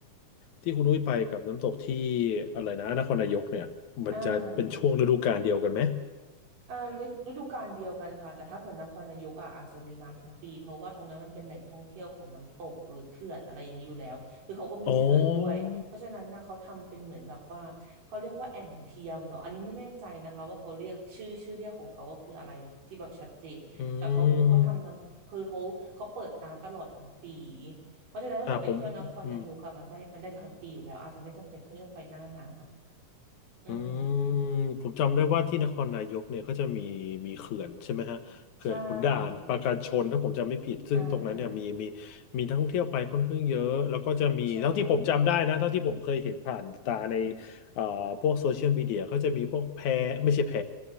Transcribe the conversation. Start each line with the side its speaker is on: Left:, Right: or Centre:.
Left: ที่คุณนุ้ยไปกับน้ำตกที่อะไรนะนครนายกเนี่ยมันจะเป็นช่วงฤดูกาลเดียวกันไหม
Right: อ่า อ่าฤฤดูกาลเดียวกันค่ะแต่ถ้าเกิดนครนายกอ่ะอาจจะมีน้ำทั้งปีเพราะว่าตรงนั้นมันเป็นแหล่งท่องเที่ยวของน้ำตกหรือเขื่อนอะไรอย่างนี้อยู่แล้วคือเขาก็มีเขื่อนด้วยเพราะฉะนั้นนะเขาทำเป็นเหมือนแบบว่าเขาเรียกว่าแอ่งเทียมเหรออันนี้ไม่แน่ใจนะคะว่าเขาเรียกชื่อชื่อเรียกของเขาว่าคืออะไรที่แบบชัดเจนแต่เขาคือเขาทำน้ำคือเขาเขาเปิดน้ำตลอดทั้งปี
Left: อ๋ออืม
Right: เพราะฉะนั้นถ้าเกิดไปเที่ยวนครนายกอะมันได้มันได้ทั้งปีอยู่แล้วอาจจะไม่จำเป็นต้องไปหน้าน้
Left: อ่าผมอืม
Right: ำอืม
Left: อืมผมจำได้ว่าที่นครนายกเนี่ยก็จะมีมีเขื่อนใช่ไหมฮะเขื่อนขุนด่านปราการชนถ้าผมจำไม่ผิดซึ่งตรงนั้นเนี่ยมีมี
Right: ใช่อ่า
Left: มีนักท่องเที่ยวไปค่อนข้างเยอะแล้วก็จะมีเท่าที่ผมจำได้นะเท่าที่ผมเคยเห็นผ่านตาใน
Right: ใช่
Left: เอ่อพวกโซเชียลมีเดียก็จะมีพวกแพไม่ใช่แพ